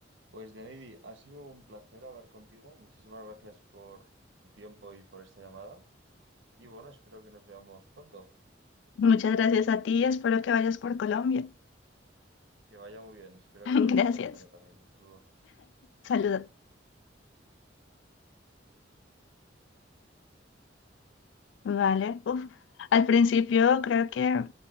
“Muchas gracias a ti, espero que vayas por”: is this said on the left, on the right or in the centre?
Left